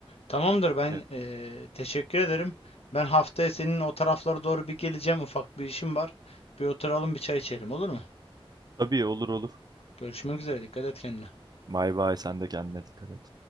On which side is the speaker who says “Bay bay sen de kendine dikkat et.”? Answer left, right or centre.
Right